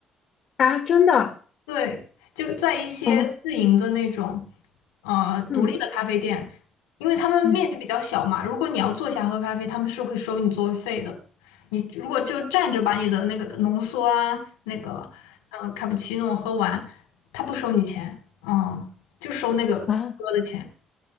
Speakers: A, on the left (about 55°); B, on the left (about 85°).
A: 啊，真的
B: 对，就在一些自营的那种，
A: 哦，
B: 呃，
A: 嗯
B: 独立的咖啡店，因为他们面积比较小嘛，
A: 嗯
B: 如果你要坐下喝咖啡，他们是会收你座位费的。你如果就站着把你的那个浓缩啊，那个呃卡布奇诺喝完，他不收你钱，嗯，就收那个喝的钱。
A: 啊，